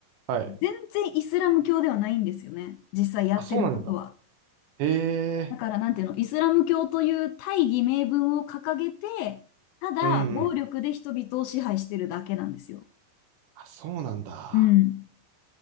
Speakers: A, on the right; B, on the left.
A: はい。
B: 全然イスラム教ではないんですよね。実際やってることは。
A: あ、そうなんですか。へえ。
B: だから、なんていうの、イスラム教という大義名分を掲げて、ただ暴力で人々を支配してるだけなんですよ。
A: うんうん。あ、そうなんだ。
B: うん。